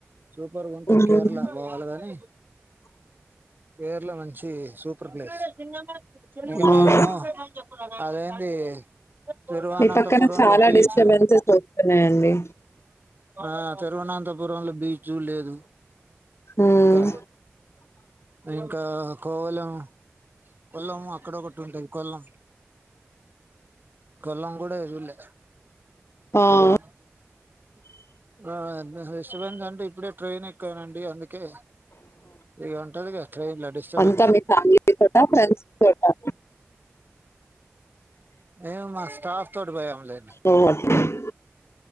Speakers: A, on the right; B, on the left.
A: సూపర్గా ఉంటది
B: హ్మ్.
A: కేరళ పోవాలి కాని కేరళ మంచి సూపర్ ప్లేస్ తిన్నామా ఇంకా
B: అవును
A: మేము అదేంది తిరువనంతపురం
B: మీ పక్కన చాలా
A: లో బీచు
B: డిస్టర్బెన్సెస్ వస్తున్నాయండి
A: ఆ తిరువనంతపురం <unintelligible> చూడలేదు
B: ఉమ్
A: ఇంకా ఇంకా కోవలం కొలం అక్కడొక టుంటది కొలం కొలం కూడా చూడలే
B: ఆ
A: కొల్ల
B: అవును.
A: ఆన్ మీకు డిస్టర్బెన్స్ అంటే ఇప్పుడే ట్రైన్ ఎక్ క్కుదున్ అండి అందుకే ఇగ ఉంటదిగా ట్రైన్ల డిస్టర్బెన్స్
B: అంతా మీ ఫ్యామిలీ తోటా ఫ్రెండ్స్ తోటా
A: ఏమో మా స్టాఫ్ తోటి పోయాంలేండి
B: ఓ అట్లా